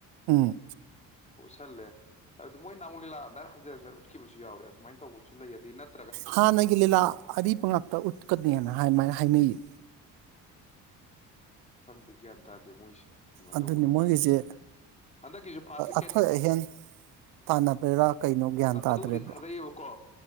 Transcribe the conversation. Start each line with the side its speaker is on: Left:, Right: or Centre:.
Right: ꯎꯝ
Left: ꯇꯜꯂꯦ ꯑꯗꯨꯃꯣꯏ ꯅꯥꯎꯌꯃꯨꯛ ꯂꯤꯂꯥ ꯑꯗꯥꯏꯅ ꯍꯟꯖꯤꯟ ꯍꯟꯖꯤꯟ ꯎꯠꯈꯤꯕꯁꯨ ꯌꯥꯎꯔꯦ ꯑꯗꯨꯃꯥꯏꯅ ꯇꯧꯕꯁꯨ ꯂꯩ ꯑꯗꯩ ꯅꯠ
Right: ꯍꯥꯟꯅꯒꯤ ꯂꯤꯂꯥ ꯑꯔꯤꯕ ꯉꯥꯛꯇ ꯎꯠꯀꯅꯦꯅ ꯑꯃꯥꯏꯅ ꯍꯥꯏꯅꯩꯌꯦ
Left: ꯈꯪꯗꯦ ꯒ꯭ꯌꯥꯟ ꯇꯥꯗꯦ ꯃꯣꯏꯁꯦ ꯀꯃꯥꯏꯅ
Right: ꯑꯗꯨꯅꯤ
Left: ꯇꯧꯕꯅꯣ
Right: ꯃꯣꯏꯒꯤꯁꯦ
Left: ꯍꯟꯗꯛꯀꯤꯁꯨ ꯐꯥꯔꯁ ꯁꯦꯀꯦꯟ
Right: ꯑꯊꯣꯏ ꯑꯍꯦꯟ ꯇꯥꯟꯅꯕꯩꯔꯥ ꯀꯩꯅꯣ ꯒ꯭ꯌꯥꯟ ꯇꯥꯗ꯭ꯔꯦꯕ
Left: ꯑꯗꯨꯕꯨꯗꯤ ꯊꯥꯗꯩꯌꯦꯕꯀꯣ